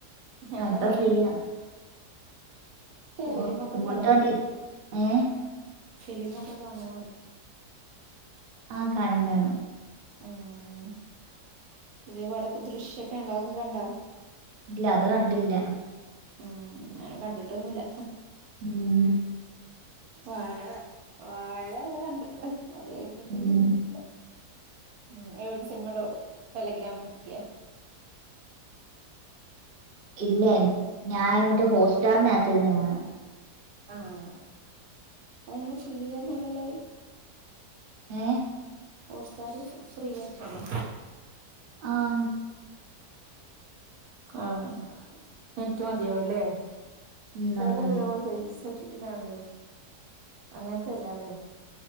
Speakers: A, on the right; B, on the right.
A: ആഹ്
B: എന്താ
A: ഇപ്പൊ
B: പണി?
A: ഫ്രീയാ ഓ
B: ഫിലിമൊക്കെ
A: ഇങ്ങോട്ട്
B: കാണോ?
A: വന്നി ഏഹ്
B: ഫിലിമൊക്കെ കാണോന്ന്
A: ആഹ് കാണും കാണും
B: ഉം പുതിയ പടം ഇപ്പ ദൃശ്യൊക്കെ ഇണ്ട് അതൊക്കെ കണ്ടാ
A: ഇല്ല അത് കണ്ടില്ലാ
B: ഉം ഞാനും കണ്ടിട്ടൊന്നുല്ലാ
A: ഉം
B: വാഴ വാഴ വരെ കണ്ട് അത് കഴിഞ്ഞിട്ട്
A: ഉം
B: പിന്നെ കണ്ടിട്ടില്ല. ഉം, എവട്ന്ന് സിനിമ ഡൌ ടെലഗ്രാംന്ന് ഇട്ക്കേ?
A: ഇല്ല ഞാൻ മറ്റേ ഹോട്ട്സ്റ്റാറിനകത്തിരുന്ന് കാണും.
B: ആഹ്, അതെങ്ങനെ ഫ്രീയൊന്നല്ലല്ലോ അത്?
A: ഏഹ്‌?
B: ഹോട്ട്സ്റ്റാർ ഫ്രീയായിട്ടാണോ?
A: ആൺ
B: ആഹ്, നെറ്റ് മതിയാവുലേ.
A: ഉം
B: ചെലത്ണ്ടല്ലേ
A: മതി മതി
B: നമ്മൾ പൈസ ഇട്ടിട്ട് കാൻല് അങ്ങൻത്തെ അല്ലാലേ.